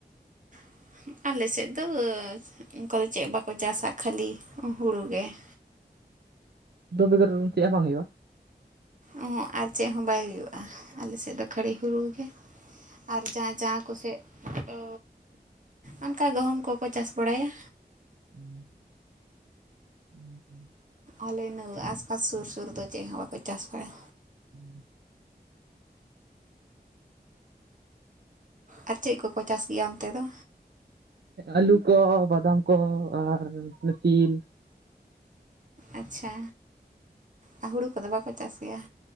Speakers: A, on the right; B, on the right.
A: <inaudible> ᱟᱞᱮ ᱥᱮᱫ ᱫᱚ ᱚᱱᱠᱟ ᱫᱚ ᱪᱮᱫ ᱵᱟᱠᱚ ᱪᱟᱥᱟ ᱠᱷᱟᱹᱞᱤ ᱦᱩᱲᱩ ᱜᱮ ᱾
B: ᱫᱩ ᱵᱤᱜᱚᱨ ᱪᱮᱫ ᱦᱚᱸ ᱵᱟᱝ ᱦᱩᱭᱩᱜᱼᱟ?
A: ᱚᱸᱦᱚᱜ ᱟᱨ ᱪᱮᱫ ᱦᱚᱸ ᱵᱟᱭ ᱦᱩᱭᱩᱜᱼᱟ ᱟᱞᱮ ᱥᱮᱫ ᱫᱚ ᱠᱷᱟᱹᱲᱤ ᱦᱩᱲᱩ ᱜᱮ᱾ ᱟᱨ ᱡᱟᱦᱟᱸ ᱡᱟᱦᱟᱸ ᱠᱚᱥᱮᱫ ᱫᱚ ᱚᱱᱠᱟ ᱜᱚᱦᱚᱢ ᱠᱚᱠᱚ ᱪᱟᱥ ᱵᱟᱲᱟᱭᱟ᱾
B: ᱦᱮᱸ <unintelligible> ᱦᱮᱸ ᱦᱮᱸ
A: ᱟᱞᱮᱱᱟᱹ ᱟᱥᱯᱟᱥ ᱥᱩᱨ ᱥᱩᱨ ᱫᱚ ᱪᱮᱫ ᱦᱚᱸ ᱵᱟᱠᱚ ᱪᱟᱥ ᱵᱟᱲᱟᱭᱟ᱾
B: ᱦᱮᱸ
A: ᱟᱨ ᱪᱮᱫ ᱠᱚᱠᱚ ᱪᱟᱥ ᱜᱮᱭᱟ ᱚᱱᱛᱮ ᱫᱚ
B: ᱟᱹᱞᱩ ᱠᱚ ᱵᱟᱫᱟᱢ ᱠᱚ ᱟᱨ ᱚᱱᱮ ᱛᱤᱞ
A: ᱟᱪᱪᱷᱟ ᱟ ᱦᱩᱲᱩ ᱠᱚᱫᱚ ᱵᱟᱠᱚ ᱪᱟᱥ ᱜᱮᱭᱟ᱾